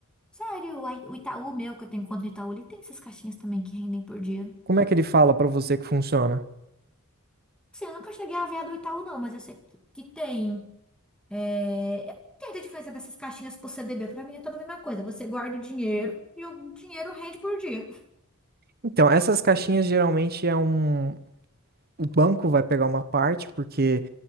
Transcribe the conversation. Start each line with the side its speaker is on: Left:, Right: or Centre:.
Centre: Sério, o Ai- o Itaú meu, que eu tenho conta no Itaú, ele tem essas caixinhas também que rendem por dia.
Right: Como é que ele fala pra você que funciona?
Centre: Sim, eu nunca cheguei a ver a do Itaú, não, mas eu sei que que tem. É, eu não entendo a diferença dessas caixinhas pro CDB. Pra mim é toda a mesma coisa. Você guarda o dinheiro e o dinheiro rende por dia.
Right: Então, essas caixinhas geralmente é um. O banco vai pegar uma parte, porque